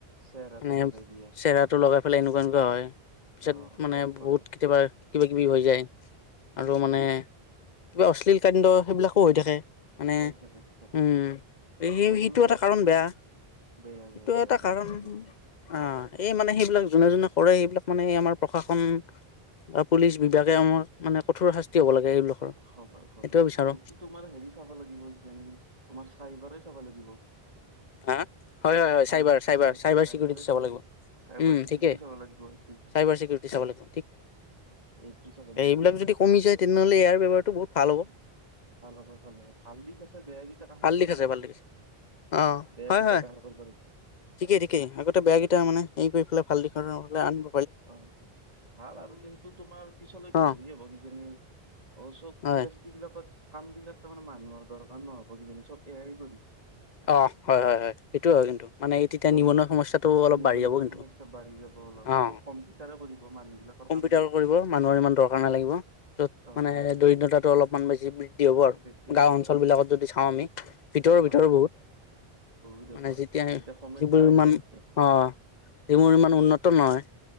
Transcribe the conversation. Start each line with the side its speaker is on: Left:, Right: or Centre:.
Right: চেহেৰাটো
Left: মানে
Right: লগাই দিয়ে
Left: চেহেৰাটো লগাই পেলাই এনেকুৱা এনেকুৱা হয়, পিছত
Right: অ
Left: মানে
Right: ফেক কৰে
Left: বহুত কেতিয়াবা কিবা কিবি হৈ যায়, আৰু
Right: উম
Left: মানে কিবা অশ্লীল কাণ্ড, সেইবিলাকো হৈ থাকে, মানে
Right: হৈ থাকে হৈ থাকে
Left: উম, সেই-সেইটো
Right: সেইটো হয়,
Left: এটা কাৰণ বেয়া,
Right: বেয়া বেয়া
Left: সেইটো
Right: বেয়া
Left: এটা
Right: হয়
Left: কাৰণ
Right: ঠিকেই
Left: অ', এই মানে সেইবিলাক যোনে যোনে কৰে, সেইবিলাক মানে এই আমাৰ প্ৰশাসন বা পুলিচ বিভাগে আমাৰ, মানে কঠোৰ শাস্তি হ'ব লাগে এইবিলাকৰ,
Right: হব হব
Left: সেইটোৱে বিচাৰোঁ।
Right: এইটো তোমাৰ হেৰি চাব লাগিব কিজানি, তোমাৰ চাইবাৰেই চাব লাগিব।
Left: হা? হয় হয় হয়
Right: চাই-চাই-চাইবাৰে
Left: চাইবাৰ চাইবাৰ চাইবাৰ চিকিউৰিটি
Right: চাব
Left: লাগিব
Right: লাগ চাইবাৰ
Left: উম
Right: চিকউৰিটি
Left: ঠিকেই
Right: চাব লাগিব এইটো,
Left: চাইবাৰ চিকিউৰিটি চাব লাগিব
Right: এইটো চাব লাগিব।
Left: প্ৰবলেম যদি কমি যায় তেনেহ'লে ইয়াৰ ব্যৱহাৰটো বহুত ভাল হ'ব।
Right: ভাল হ'ব ভাল হ'ব, ভাল দিশ আছে, বেয়া গিতাক কানসাৰ
Left: ভাল দিশ
Right: কৰিব
Left: আছে
Right: লাগিব।
Left: ভাল দিশ আছে অ',
Right: বেয়া
Left: হয়
Right: কেইটাক
Left: হয়।
Right: হাৰ কৰিব লাগিব
Left: ঠিকেই ঠিকেই, আগতে বেয়া কেইটা মানে হেৰি কৰি পেলাই ভাল দিশলৈ আনব
Right: হয়, ভাল আৰু কিন্তু তোমাৰ পিছলৈকে
Left: অ'
Right: হেৰি হ'ব, কিজানি অ', চব
Left: হয়।
Right: ইণ্ডাষ্ট্ৰ্ৰী বিলাকত কাম বিলাক তাৰ মানে মানুহৰ দৰকাৰ নহ'ব কিজানি, চব এ আইয়ে কৰিব
Left: অ', হয় হয় হয়, সেইটো হয় কিন্তু। মানে এই তেতিয়া
Right: কৰ্ম
Left: নিবনুৱা সমস্যাটো অলপ
Right: নিবনুৱাটো
Left: বাঢ়ি যাব কিন্তু,
Right: সমস্যা বাঢ়ি যাব অলপ
Left: অ'।
Right: চব কম্পিউটাৰে কৰিব মানুহ বিলাকৰ
Left: কম্পিউটাৰ
Right: কাম নাথাকিব
Left: কৰিব, মানুহৰ ইমান দৰকাৰ নালাগিব, য'ত
Right: তাৰ
Left: মানে
Right: কাৰণে
Left: দৰিদ্ৰতাটো অলপমান বেছি বৃ দ্ধি হ'ব আৰু,
Right: বেছি হ'ব
Left: গাঁও অঞ্চল
Right: সেইটো
Left: বিলাকত যদি চাওঁ আমি, ভিতৰৰ
Right: হয়
Left: ভিতৰৰ বহুত
Right: <unintelligible>
Left: মানে যেতিয়া
Right: সমস্যা
Left: যিবোৰ
Right: হৈ
Left: ইমান,
Right: যাব তেতিয়া
Left: অ', যিবোৰ ইমান উন্নত নহয়।